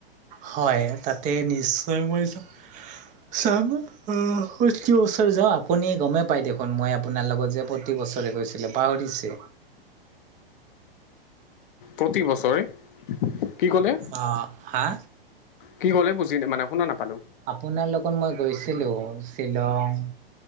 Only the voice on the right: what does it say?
হয়, তাতে নিশ্চয় মই যাম। উম প্ৰয়েক বছৰে যাওঁ আপুনি গমে পই দেখোন মই আপোনাৰ লগত যে প্ৰতি বছৰে গৈছিলোঁ। পাহৰিছে
অ হা
আপোনাৰ লগত মই গৈছিলো শ্বিলং,